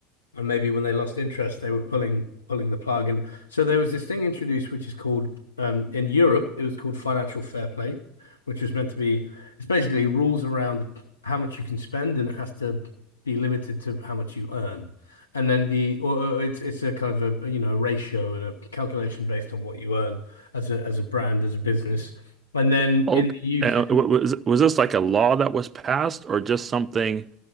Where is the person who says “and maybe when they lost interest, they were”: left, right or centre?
Left